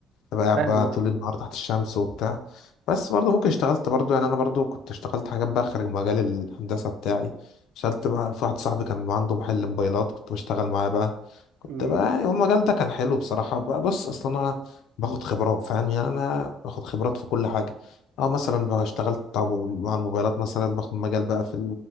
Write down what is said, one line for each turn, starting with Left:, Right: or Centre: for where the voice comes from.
Left: تبقى قاعد
Right: فاهم
Left: بقى
Right: أنا.
Left: طول النهار تحت الشمس وبتاع بس برضه ممكن اشتغلت برضه يعني انا برضه كنت اشتغلت حاجات بقى خارج مجال الهندسه بتاعي اشتغلت بقى في واحد صاحبي كان عنده محل موبايلات كنت بشتغل معاه بقى كنت
Right: مم.
Left: بقى يعني المجال ده كان حلو بصراحه بقى بص اصلا انا باخد خبرات فاهم يعني انا باخد خبرات في كل حاجه اه مثلا بقى اشتغلت بتاع م- مع الموبايلات مثلا باخد مجال بقى في